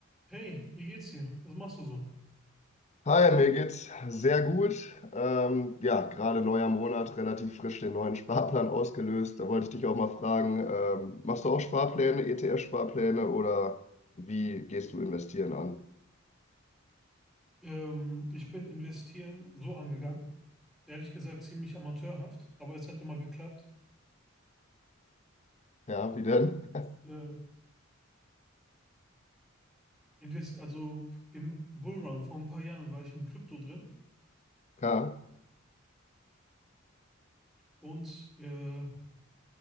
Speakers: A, in the centre; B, on the left.
A: Hey, wie geht's dir? Was machst du so?
B: Hi, mir geht's sehr gut. Ähm, ja, gerade neuer Monat, relativ frisch den neuen Sparplan ausgelöst. Da wollte ich dich auch mal fragen, ähm, machst du auch Sparpläne, ETF-Sparpläne oder wie gehst du investieren an?
A: Ähm, ich bin investieren so angegangen. Ehrlich gesagt ziemlich amateurhaft, aber es hat immer geklappt.
B: Ja, wie denn? <laughs>
A: Äh, invest also im Bullrun vor ein paar Jahren war ich in Krypto drin
B: Ja,
A: und äh,